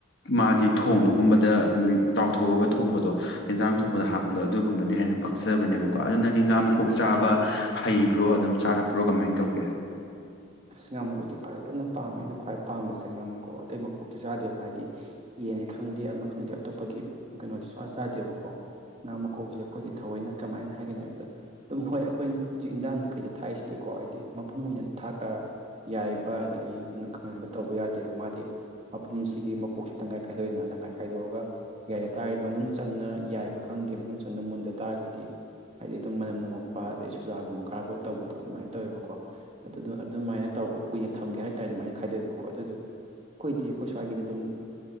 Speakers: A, on the left (about 55°); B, on the right (about 30°).
A: ꯃꯥꯗꯤ ꯊꯣꯡꯕꯒꯨꯝꯕꯗ ꯎꯝ ꯇꯥꯎꯊꯣꯛꯑꯒ ꯊꯣꯡꯕꯗꯣ ꯌꯦꯟꯖꯥꯡ ꯊꯣꯡꯕꯗ ꯍꯥꯞꯄꯗꯣ ꯑꯗꯨꯒꯨꯝꯕꯅ ꯍꯦꯟꯅ ꯄꯥꯛꯆꯕꯅꯦꯕꯀꯣ ꯑꯗꯨ ꯅꯪꯗꯤ ꯉꯥ ꯃꯀꯣꯛ ꯆꯥꯕ ꯍꯩꯕ꯭ꯔꯣ ꯑꯗꯨꯝ ꯆꯥꯔꯛꯄ꯭ꯔꯣ ꯀꯃꯥꯏ ꯇꯧꯒꯦ
B: ꯑꯁ ꯉꯥ ꯃꯀꯣꯛꯇꯤ ꯐꯖꯅ ꯄꯥꯝꯃꯦ ꯑꯩꯅ ꯈ꯭ꯋꯥꯏ ꯄꯥꯝꯕꯁꯦ ꯉꯥ ꯃꯀꯣꯛ ꯑꯇꯩ ꯃꯀꯣꯛꯇꯤ ꯆꯥꯗꯦꯕ ꯍꯥꯏꯗꯤ ꯌꯦꯟꯅꯤ ꯈꯪꯗꯦ ꯑꯃ ꯈꯪꯗꯦ ꯑꯇꯣꯞꯄꯒꯤ ꯀꯩꯅꯣꯗꯤ ꯁꯨꯡꯆꯥ ꯆꯥꯗꯦꯕꯀꯣ ꯉꯥ ꯃꯀꯣꯛꯁꯦ ꯑꯩꯈꯣꯏꯗꯥ ꯊꯑꯣꯏꯅ ꯀꯃꯥꯏꯅ ꯍꯥꯏꯒꯅꯤ ꯍꯥꯏꯕꯗ ꯑꯗꯨꯝ ꯍꯣꯏ ꯑꯩꯈꯣꯏꯅ ꯍꯧꯖꯤꯛ ꯏꯟꯖꯥꯡꯗ ꯀꯩꯗ ꯊꯥꯛꯏꯁꯤꯗꯤꯀꯣ ꯍꯥꯏꯗꯤ ꯃꯄꯨꯝ ꯑꯣꯏꯅ ꯊꯥꯛ ꯑ ꯌꯥꯏꯕ ꯑꯗꯒꯤ <unintelligible> ꯇꯧꯕ ꯌꯥꯗꯦꯕ ꯃꯥꯗꯤ ꯃꯄꯨꯝꯁꯤꯒꯤ ꯃꯀꯣꯛꯁꯤ ꯇꯪꯈꯥꯏ ꯈꯥꯏꯗꯣꯛꯑꯦꯅ ꯇꯪꯈꯥꯏ ꯈꯥꯏꯗꯣꯛꯑꯒ ꯌꯥꯏꯇꯥꯥꯔꯦ ꯃꯅꯨꯡ ꯆꯪꯅ ꯌꯥꯏꯕ ꯈꯪꯗꯦ ꯃꯅꯨꯡ ꯆꯪꯅ ꯃꯨꯟꯗ ꯇꯥꯔꯒꯗꯤ ꯍꯥꯏꯗꯤ ꯑꯗꯨꯝ ꯃꯅꯝ ꯅꯝꯃꯛꯛꯄ ꯑꯗꯩ ꯁꯨꯖꯥꯒꯨꯝꯕ ꯀꯥꯔꯛꯄ ꯇꯧꯕꯗꯣ ꯑꯗꯨꯃꯥꯏꯅ ꯇꯧꯋꯦꯕꯀꯣ ꯗꯣ ꯑꯗꯨꯃꯥꯏꯅ ꯇꯧꯔꯒ ꯀꯨꯏꯅ ꯊꯝꯒꯦ ꯍꯥꯏꯇꯥꯥꯔꯦ ꯑꯗꯨꯃꯥꯏꯅ ꯈꯥꯏꯗꯣꯛꯑꯦꯕꯀꯣ ꯑꯗꯨꯗꯨꯒ ꯈꯣꯏꯗꯤ ꯑꯩꯈꯣꯏ ꯁ꯭ꯋꯥꯏꯒꯤꯗꯤ ꯑꯗꯨꯝ